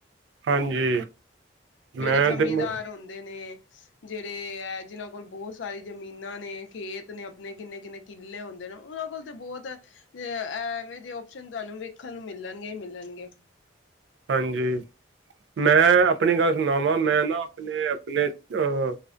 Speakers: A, on the right; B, on the left.
A: ਹਾਂਜੀ।
B: ਜਿਹੜੇ
A: ਮੈਂ
B: ਜਮੀਦਾਰ
A: ਤੇ ਮ
B: ਹੁੰਦੇ ਨੇ ਜਿਹੜੇ ਐ ਜਿੱਨਾਂ ਕੋਲ ਬਹੁਤ ਸਾਰੀ ਜਮੀਨਾਂ ਨੇ ਖੇਤ ਨੇ ਆਪਣੇ ਕਿੰਨੇ ਕਿੰਨੇ ਕੀਲੇ ਹੁੰਦੇ ਨੇ ਉਹਨਾਂ ਕੋਲ ਤੇ ਬਹੁਤ ਐਵੇਂ ਜਿ ਓਪਸ਼ਨ ਤੁਹਾਨੂੰ ਵੇਖਣ ਨੂੰ ਮਿਲਣਗਿ ਈ ਮਿਲਣਗਿ
A: ਹਾਂਜੀ ਮੈਂ ਆਪਣੀ ਗੱਲ ਸੁਣਾਵਾਂ ਮੈਂ ਨਾ ਆਪਣੇ ਆਪਣੇ ਅਹ